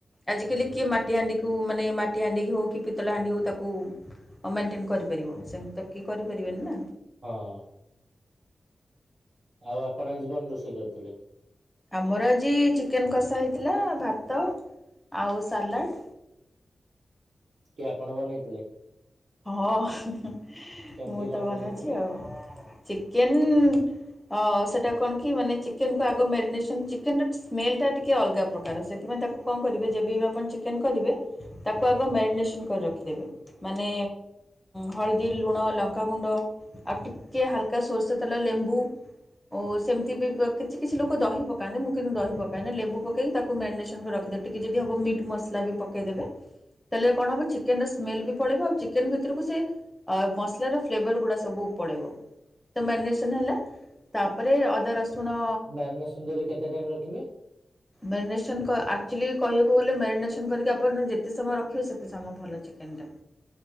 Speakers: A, in the centre; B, on the right.
A: ଆଜିକାଲି
B: ହୁଁ
A: କିଏ ମାଟି ହାଣ୍ଡି କୁ ମାନେ ମାନେ ମାଟି ହାଣ୍ଡି କି ହଉ କି ପିତଳ ହାଣ୍ଡି ହଉ ତାକୁ ଅ ମେଣ୍ଟେନ୍ କରିପାରିବ? ସେମିତି ତ କିଏ କରିପାରିବେନି ନା।
B: ହଁ। ଆଉ ଆପଣ ଆଜି କଣ ରୋଷେଇ କରିଥିଲେ?
A: ଆମର ଆଜି ଚିକେନ କଷା ହେଇଥିଲା। ଭାତ ଆଉ ସାଲାଡ଼।
B: କିଏ ଆପଣ ବନେଇଥିଲେ?
A: ହଁଲ
B: କେମିତି
A: ମୁଁ
B: କଣ
A: ତ ବନଉଛି
B: ବନେଇଥିଲେ?
A: ଆଉ। ଚିକେନ୍ ହ। ସେଟା କଣ କି ମାନେ ଚିକେନ କୁ ଆଗ ମେରିନେସନ୍ ଚିକେନର ସ୍ମେଲ ଟା ଟିକେ ଅଲଗା ପ୍ରକାର। ସେଥିପାଇଁ ତାକୁ କଣ କରିବେ? ଯେବେ ବି ଆପଣ ଚିକେନ କରିବେ? ତାକୁ ଆଗ ମେରିନେସନ କରି ରଖିଦେବେ। ମାନେ ହଳଦୀ, ଲୁଣ, ଲଙ୍କାଗୁଣ୍ଡ ଆଉ ଟିକେ ହାଲକା ସୋରିଷ ତେଲ, ଲେମ୍ବୁ ଓ ସେମିତି ବି କିଛି କିଛି ଲୋକ ଦହି ପକାନ୍ତି। ମୁଁ କିନ୍ତୁ ଦହି ପକାଏନି ଲେମ୍ବୁ ପକେଇକି ତାକୁ କୁ ମାରିନେସନ୍ କରି ରଖିଦେବେ। ଟିକେ ଯଦି ହେବ ମିଟ୍ ମସଲା ବି ପକାଇଦେବେ। ତାଲେ କଣ ହବ? ଚିକେନର ସ୍ମେଲ ବି ପଳେଇିବ ଆଉ ଚିକ୍ କେନ ଭିତରକୁ ସେ ଅ ମସଲାର ଫ୍ଲେଭର ଗୁଡ଼ା ସବୁ ପଳେଇବ। ତ ମେରିନେସନ ହେଲା। ତାପରେ ଅଦା ରସୁଣ
B: ମ୍ୟାରିନେସନ କରି କେତେ ଟାଇମ ରଖିବେ
A: ମେରିନେସନ୍ ଆକ୍ଚୁଆଲି କହିବାକୁ ଗଲେ ମେରିନେସନ୍ କରିକି ଆପଣ ଯେତେ ସମୟ ରଖିବେ ସେତେ ସମୟ ଭଲ। ଚିକେନ୍ ଟା।